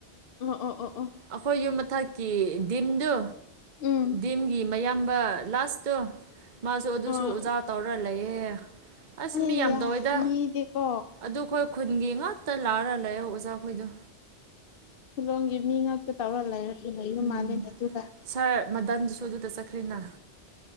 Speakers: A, on the left; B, on the right.
A: ꯑꯣ ꯑꯣ ꯑꯣ ꯑꯣ꯫
B: ꯑꯩꯈꯣꯏ ꯌꯨꯝ ꯃꯊꯛꯀꯤ ꯗꯤꯝꯗꯨ
A: ꯎꯝ
B: ꯗꯤꯝꯒꯤ ꯃꯌꯥꯝꯕ ꯂꯥꯁ ꯇꯨ ꯃꯥꯁꯨ ꯑꯗꯨꯁꯨ
A: ꯑꯣ
B: ꯑꯣꯖꯥ ꯇꯧꯔ ꯂꯩꯌꯦ ꯍꯥꯏꯌꯦ꯫ ꯑꯁ
A: ꯑꯩꯌꯥ
B: ꯃꯤ ꯌꯥꯝ ꯇꯧꯋꯦꯗ
A: ꯃꯤꯗꯤꯀꯣ
B: ꯑꯗꯨ ꯈꯣꯏ ꯈꯨꯟꯒꯤ ꯉꯥꯛꯇ ꯂꯥꯛꯔ ꯂꯩꯑꯦ ꯑꯣꯖꯥꯈꯣꯏꯗꯣ꯫
A: ꯁꯤꯂꯣꯡꯒꯤ ꯃꯤ ꯉꯥꯛꯇ ꯇꯧꯔ ꯂꯩꯔ ꯂꯩꯕ
B: ꯎꯝ
A: ꯃꯥꯜꯂꯦꯅꯦ ꯑꯗꯨꯗ꯫
B: ꯁꯥꯔ ꯃꯗꯟꯗꯨꯁꯨ ꯑꯗꯨꯗ ꯆꯠꯈ꯭ꯔꯦꯅ꯫